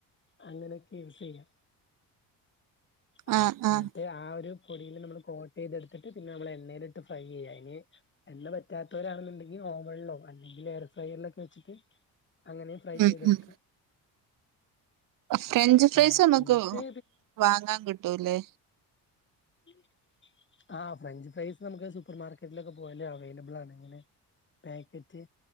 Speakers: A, on the left (about 30°); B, on the right (about 55°).
A: അങ്ങനെയൊക്കെ യൂസ് ചെയ്യാം ആ
B: ആഹ്
A: എന്നത്തെ
B: ആഹ്
A: ആ ഒരു പൊടിയില് നമ്മള് കോട്ട ചെയ്തെടുത്തിട്ട് പിന്നെ നമ്മള എണ്ണയില ഇട്ട് ഫ്രൈ ചെയ്യാം അതിന് എണ്ണ പറ്റാത്തവരാണെന്നുണ്ടെങ്കിൽ ഓവണിലോ അല്ലെങ്കിൽ അിലേറെ ഫ്രൈറിലൊക്കെ വെച്ചിട്ട് അങ്ങനെയും ഫ്രൈ
B: ഉം
A: ചെയ്തെടുക്കാം
B: ഉം ഫ്രഞ്ച് ഫ്രൈസ്
A: ആഹ്
B: നമുക്ക്
A: എന്നിട്ട്
B: വാങ്ങാൻ കിട്ടൂല്ലേ
A: ഉ ആ ഫ്രഞ്ച് ഫ്രൈസ് നമുക്ക് സൂപ്പർ മാർക്കറ്റിലൊക്കെ പോയാലോ അവൈലബിൾ ആണെങ്കനെ പാക്കറ്റ്